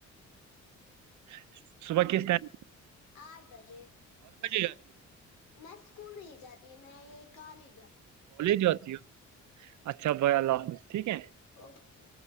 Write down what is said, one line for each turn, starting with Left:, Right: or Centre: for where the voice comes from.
Right: <inaudible> ٹائم
Left: آٹھ بجے
Right: آٹھ بجے جاتی ہو
Left: میں اسکول نہیں جاتی ہ میں کال ہی جاتی
Right: کالج جاتی
Left: ہوں
Right: ہو
Left: ہاں
Right: اچھا بھائی اللہ حافظ ٹھیک ہے
Left: اوکے